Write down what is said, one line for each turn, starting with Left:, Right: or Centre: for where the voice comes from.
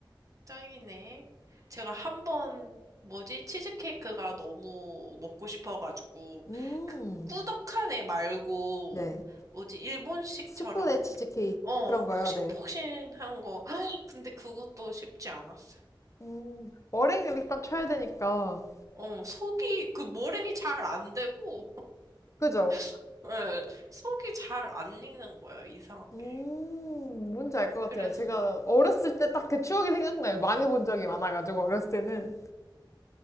Right: 짱이네. 제가 한 번, 뭐지, 치즈케이크가 너무 먹고 싶어가지고,
Left: 음,
Right: 그 꾸덕한 애 말고,
Left: 네.
Right: 뭐지, 일본식처럼
Left: 수플레 치즈케이크
Right: 어,
Left: 그런
Right: 폭신폭신한
Left: 거요, 네.
Right: 거. <gasps> 근데 그것도 쉽지 않았어요.
Left: 음, 머랭을 일단 쳐야 되니까.
Right: 어, 속이, 그 머랭이 잘 안 되고,
Left: 그죠?
Right: <laughs> 예, 속이 잘 안 익는 거예요, 이상하게.
Left: 음, 뭔지 알 것 같아요.
Right: 그래서,
Left: 제가 어렸을 때 딱 그 추억이 생각나요. 망해본 적이 많아가지고, 어렸을 때는.